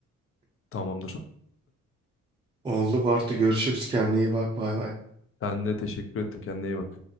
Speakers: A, on the left (about 45°); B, on the right (about 15°).
A: Tamamdır.
B: Oldu Bartu. Görüşürüz. Kendine iyi bak. Bay bay.
A: Ben de teşekkür ettim. Kendine iyi bak.